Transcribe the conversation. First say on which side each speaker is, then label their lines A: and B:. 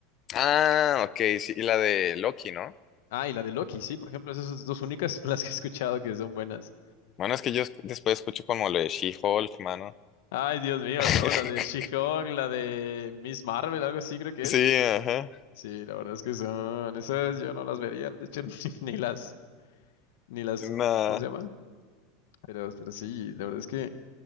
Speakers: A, on the left (about 30°); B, on the left (about 70°).
A: Ah, ok, sí, y la de Loki, ¿no?
B: Ah, y la de Loki, sí, por ejemplo, esas dos únicas <laughs> son las que he escuchado que son buenas.
A: Bueno, es que yo es- después escucho como lo de She-Hulk, mano.
B: Ay, Dios mío,
A: <laughs>
B: ¿no? La de She-Hulk, la de Miss Marvel, algo así creo que
A: Sí,
B: es.
A: ajá.
B: Sí, la verdad es que son esas yo no las vería, de hecho <laughs> ni, ni las ni las
A: nada
B: ¿cómo se llama? Pero pero sí, la verdad es que